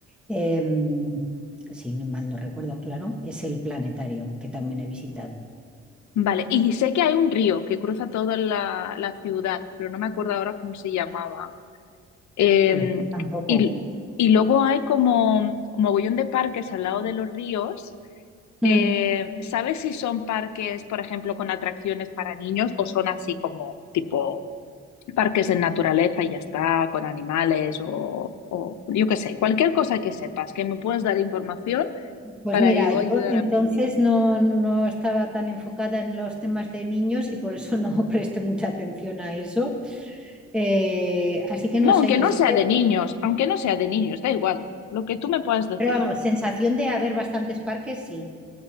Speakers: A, in the centre; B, on the left.
A: em, si no- mal no recuerdo, claro, es el planetario que también he visitado.
B: Vale, y sé que hay un río que cruza toda la, la ciudad, pero no me acuerdo ahora cómo se llamaba. Eh,
A: Pues tampoco.
B: y, y luego hay como mogollón de parques al lado de los ríos.
A: Mm.
B: Eh, ¿sabes si son parques, por ejemplo, con atracciones para niños o son así como tipo parques de naturaleza y ya está, con animales o, o yo qué sé, cualquier cosa que sepas, que me puedas dar información
A: Pues
B: para
A: mira,
B: yo
A: yo
B: ayudar
A: entonces
B: a mi amiga?
A: no, no, no estaba tan enfocada en los temas de niños y por eso no <laughs> presté mucha atención a eso. Eh, así que
B: No,
A: no
B: aunque
A: sé, yo
B: no
A: sí
B: sea
A: que,
B: de niños, aunque no sea de niños, da igual, lo que tú me puedas decir.
A: pero vamos, sensación de haber bastantes parques, sí,